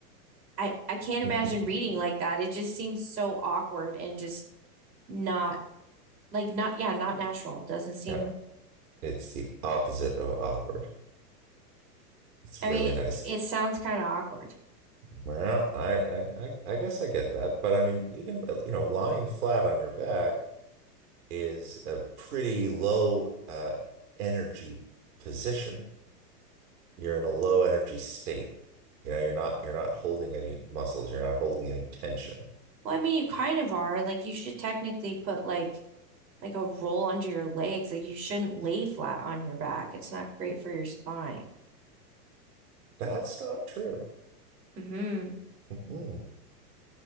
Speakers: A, on the right (about 90°); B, on the right (about 65°).
A: I I can't imagine
B: <laughs>
A: reading like that. It just seems so awkward and just not like not yeah, not natural. Doesn't seem
B: yeah, it's the opposite of awkward. It's
A: I
B: really
A: mean,
B: nice.
A: it sounds kind of awkward.
B: Well, I, I, I I guess I get that, but I mean, you can, you know, lying flat on your back is a pretty low uh, energy position. You're in a low energy state. You know, you're not you're not holding any muscles, you're not holding any tension.
A: Well, I mean, you kind of are. Like, you should technically put like like a roll under your legs. Like, you shouldn't lay flat on your back. It's not great for your spine.
B: That's not true.
A: hmm
B: Mm-mm.